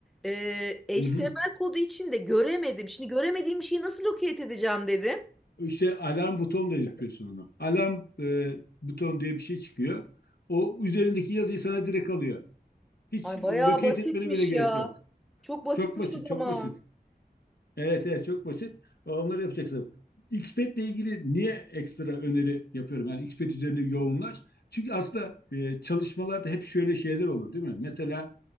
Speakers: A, in the centre; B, on the left.
A: e, HTML
B: Hı hı.
A: kodu içinde göremedim. Şimdi göremediğim bir şeyi nasıl locate edeceğim dedim.
B: İşte alarm butonu da yapıyorsun onu. Alarm e, butonu diye bir şey çıkıyor. O üzerindeki yazıyı sana direkt alıyor. Hiç
A: Ay
B: e,
A: bayağı
B: locate
A: basitmiş
B: etmene bile gerek
A: ya.
B: yok.
A: Çok basitmiş
B: Çok basit,
A: o zaman.
B: çok basit. Evet, evet çok basit. E, Onları yapacaksın. Xped ile ilgili niye ekstra öneri yapıyorum? Yani Xped üzerine yoğunlaş. Çünkü aslında e, çalışmalarda hep şöyle şeyler olur, değil mi? Mesela